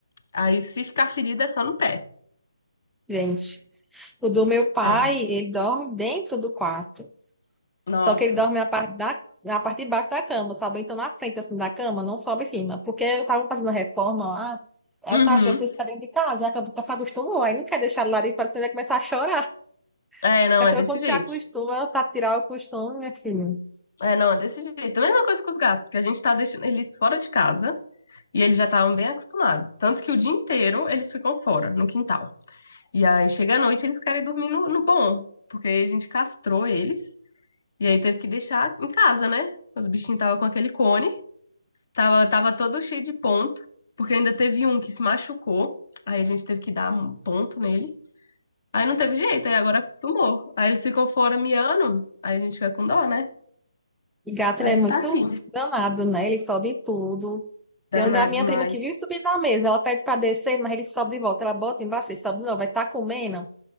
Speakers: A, on the left; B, in the centre.
A: Aí se ficar ferido é só no pé.
B: gente, o do meu pai,
A: É.
B: ele dorme dentro do quarto.
A: Nossa.
B: Só que ele dorme na parte da, na parte de baixo da cama, sabe? Então na frente assim da cama, não sobe em cima. Porque eu tava fazendo reforma lá, aí
A: Uhum.
B: o cachorro tem que ficar dentro de casa, e acabou que se acostumou. Aí não quer deixar ele lá dentro, parece que ele vai começar a chorar.
A: É, não,
B: O cachorro,
A: é desse
B: quando
A: jeito.
B: se acostuma, pra tirar o costume, minha filha.
A: É, não, é desse jeito. A mesma coisa com os gatos, que a gente tá deixando eles fora de casa e eles já estavam bem acostumados. Tanto que o dia inteiro eles ficam fora, no quintal. E aí chega à noite eles querem dormir no, no bom, porque a gente castrou eles e aí teve que deixar em casa, né? Os bichinhos estavam com aquele cone, tava, tava todo cheio de ponto, porque ainda teve um que se machucou, aí a gente teve que dar um ponto nele. Aí não teve jeito, aí agora acostumou. Aí eles ficam fora miando, aí a gente fica com dó, né?
B: E gato,
A: Aí
B: ele é muito
A: ele tá aqui.
B: danado, né? Ele sobe em tudo.
A: Danado
B: Tem um da minha
A: demais.
B: prima que vive subindo na mesa. Ela pede pra descer, mas ele sobe de volta. Ela bota embaixo, ele sobe de novo. Vai estar comendo.